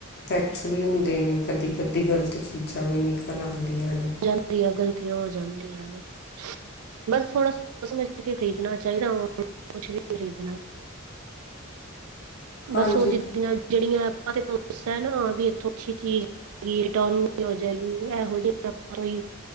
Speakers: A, on the left; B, on the right.
A: ਫੈਕਟਸ ਵੀ ਹੁੰਦੇ ਨੇ ਕਦੀ-ਕਦੀ ਗਲਤ ਚੀਜ਼ਾਂ ਵੀ ਨਿਕਲ ਆਂਦੀਆਂ ਨੇ।
B: ਜਾਂਦੀਆਂ ਗ਼ਲਤੀਆਂ ਹੋ ਜਾਂਦੀਆਂ ਨੇ। ਬਸ ਥੋੜਾ ਸਮਝ ਕੇ ਖਰੀਦਣਾ ਚਾਹੀਦਾ ਆਨਲਾਈਨ ਕੁਛ ਵੀ ਖਰੀਦਣਾ। ਬੱਸ
A: ਹਾਂਜੀ
B: ਉਹ ਜਿੱਦੀਆਂ ਜਿਹੜੀਆਂ ਐਪਾਂ ਤੇ ਪਾਉਂ ਪੁੱਸ ਨਾ ਇਥੋਂ ਅੱਛੀ ਚੀਜ਼ ਰਿਟਰਨ ਵੀ ਹੋ ਜਾਏਗੀ ਇਹੋ ਜਿ ਕੋਈ